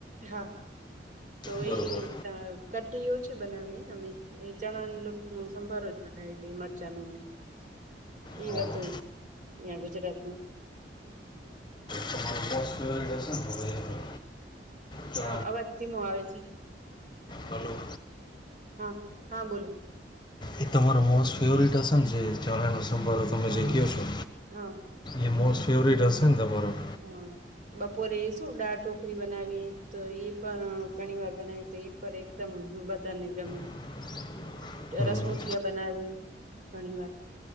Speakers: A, on the right (about 45°); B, on the left (about 25°).
A: હા તોય
B: બરોબર
A: ત- કીઓ છે બનાવીએ અમે એ ચણા લોૂટ ન સંભારો જ બનાવીએ મરચા નને એવધું
B: હા
A: અહં ગુજરાતમાં
B: તમારું બસ ફેવટ હશે ને એ તો
A: હા અવાજ ધીમો આવે છે
B: ચાલો-
A: હા હા બોલો
B: એ તમારો મોસ્ટ ફેવરિટ હશે ને જે- ચણાનો સંભારો તમે
A: હા
B: જે કહો છો
A: હા
B: એ મોસ્ટ ફેવરટ હશે ને તમારો-
A: હા બપોરે શું દાળ ઢોકરી બનાવી તો એ પણ ઘણી વાર બનાવી તો એ પર એકદમ બધાને ગમે-
B: <unintelligible> હમ
A: રસ મુઠિયા બનાવે ઘણી વાર-